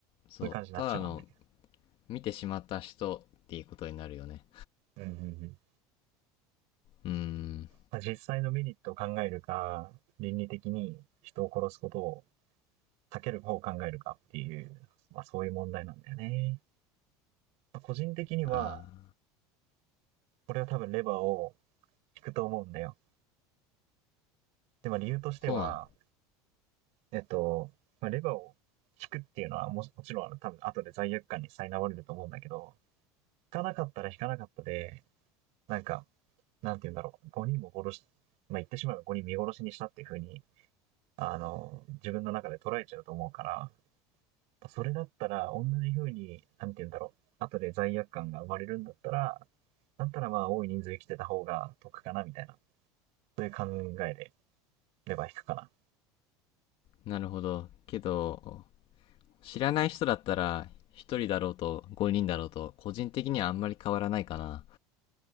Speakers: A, on the left (about 45°); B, on the right (about 55°).
A: そう、
B: ういう感じになっちゃうもんね。
A: ただの見てしまった人っていうことになるよね。
B: うんうんうん。
A: うーん、
B: まあ実際のメリットを考えるか、倫理的に人を殺すことを避ける方を考えるかっていう、まあそういう問題なんだよね。まあ個人的には、
A: ああ、
B: これは多分レバーを引くと思うんだよ。で、まあ理由としては、
A: そうなの。
B: えっと、まあレバーを引くっていうのはももちろんあの多分後で罪悪感に苛まれると思うんだけど、引かなかったら引かなかったで、なんか、なんて言うんだろう、5人も殺し、まあ言ってしまえば5人見殺しにしたっていうふうに、あの、自分の中で捉えちゃうと思うから、それだったら、同じ風に、なんて言うんだろう。後で罪悪感が生まれるんだったら、だったらまあ多い人数生きてた方が得かな、みたいな。そういう考えで、レバー引くかな。
A: なるほど。けど、知らない人だったら、一人だろうと5人だろうと、個人的にはあんまり変わらないかな。